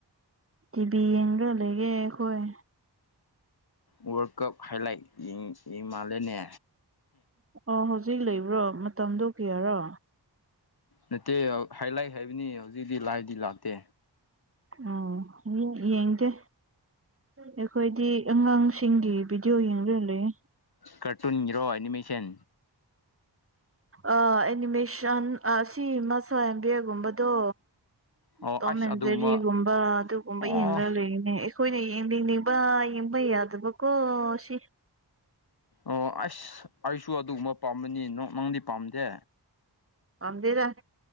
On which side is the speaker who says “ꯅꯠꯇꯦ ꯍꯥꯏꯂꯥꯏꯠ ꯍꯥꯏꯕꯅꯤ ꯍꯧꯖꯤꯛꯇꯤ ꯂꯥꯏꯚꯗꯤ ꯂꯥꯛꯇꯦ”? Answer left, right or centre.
Left